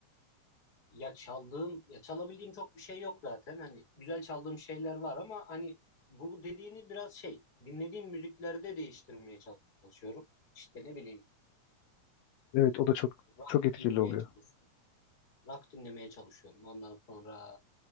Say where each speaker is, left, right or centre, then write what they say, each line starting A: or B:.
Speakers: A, on the left; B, on the left.
A: Ya çaldığım, ya çalabildiğim çok bir şey yok zaten. Hani güzel çaldığım şeyler var ama hani bu dediğini biraz şey, dinlediğim müziklerde değiştirmeye çalışıyorum. İşte ne bileyim, e,
B: Evet, o da çok
A: rock
B: çok etkili
A: dinlemeye
B: oluyor.
A: çalışıyorum. rock dinlemeye çalışıyorum. Ondan sonra